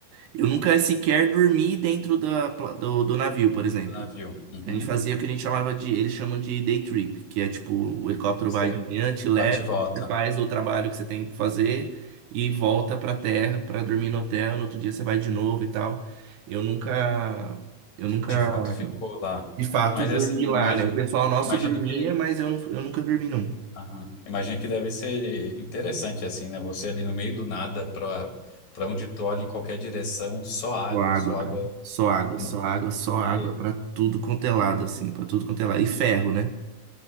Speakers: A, on the right (about 70°); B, on the left (about 45°).
A: Eu nunca sequer dormi dentro da, pla- do, do navio, por
B: do
A: exemplo.
B: do navio. Uhum.
A: A gente fazia o que a gente chamava de, eles chamam de day trip, que é tipo, o helicóptero
B: Você
A: vai de manhã, te leva,
B: bate e volta.
A: você faz o trabalho que você tem que fazer e volta pra terra pra dormir no hotel, no outro dia você vai de novo e tal. Eu nunca, eu nunca,
B: De fato, ficou lá.
A: de fato,
B: Mas
A: dormi
B: assim, imagina,
A: lá, né? O pessoal nosso
B: imagino
A: dormia,
B: que,
A: mas eu, não, eu nunca dormi, não.
B: aham. Imagino que deve ser interessante assim, né? Você ali no meio do nada, pra para onde tu olha em qualquer direção, só água,
A: Só água,
B: só
A: cara.
B: água.
A: Só água,
B: Não,
A: só água, só água
B: vê
A: pra tudo quanto é lado, assim, pra tudo quanto é lado. E ferro, né?